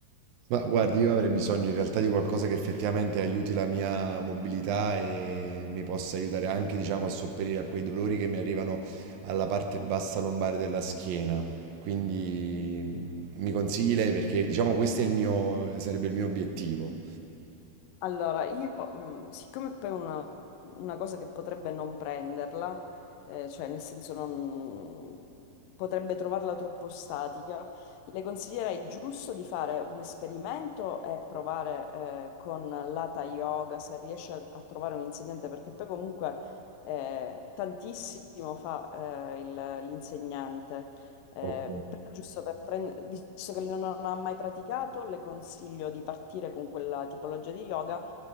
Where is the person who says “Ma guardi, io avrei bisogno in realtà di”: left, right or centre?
Right